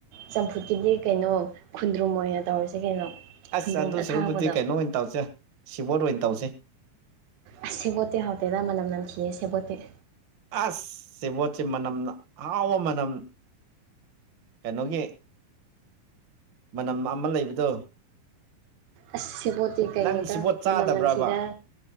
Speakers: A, on the right; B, on the right.
A: ꯆꯝꯐꯨꯠꯀꯤꯗꯤ ꯀꯩꯅꯣ ꯈꯨꯟꯗ꯭ꯔꯨꯝ ꯑꯣꯏꯅ ꯇꯧꯔꯤꯁꯦ ꯀꯩꯅꯣ
B: ꯑꯁ
A: ꯈꯨꯟꯗ꯭ꯔꯨꯝ
B: ꯑꯗꯨ
A: ꯑꯁꯥꯡꯕꯗꯣ
B: ꯁꯨꯔꯨꯛꯄꯨꯗꯤ ꯀꯩꯅꯣ ꯑꯣꯏꯟ ꯇꯧꯁꯦ ꯁꯤꯕꯣꯠ ꯑꯣꯏꯅ ꯇꯧꯁꯦ
A: ꯑꯁ ꯁꯦꯕꯣꯠꯇꯤ ꯍꯥꯎꯇꯦꯗ ꯃꯅꯝ ꯅꯝꯊꯤꯌꯦ ꯁꯦꯕꯣꯠꯇꯤ
B: ꯑꯁ ꯁꯦꯕꯣꯠꯁꯦ ꯃꯅꯝꯅ ꯍꯥꯎꯕ ꯃꯅꯝ ꯀꯩꯅꯣꯒꯤ ꯃꯅꯝ ꯑꯃ ꯂꯩꯕꯗꯣ
A: ꯑꯁ ꯁꯦꯕꯣꯠꯇꯤ ꯀꯩꯅꯣꯗ
B: ꯅꯪ ꯁꯤꯕꯣꯠ ꯆꯥꯗꯕ꯭ꯔꯕ
A: ꯃꯅꯝ ꯅꯟꯊꯤꯗ